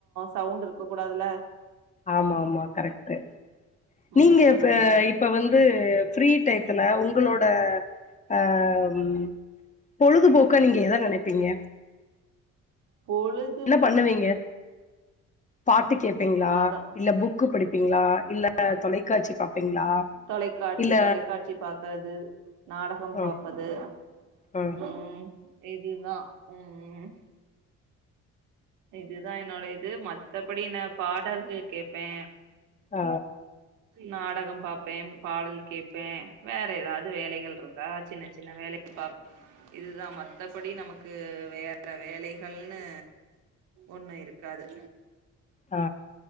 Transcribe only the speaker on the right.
சவுண்ட் இருக்க கூடாதுல
ம்
பொழுத்
அதா
தொலைகாட்சி
தொலைகாட்சி பாக்குறது நாடகம்
பாப்பது
உம் இதுதா உம் இதுதான் என்னோட இது மத்தபடி நா பாடல்கள் கேப்பே
நாடகம் பாப்பேன் பாடல் கேப்பே வேற ஏதாவது வேலைகள் ளுருந்தா சின்ன சின்ன வேலைகள் பா இதுதா மத்தபடி நமக்கு வேற வேலைகள்னு ஒண்ணு இருக்காது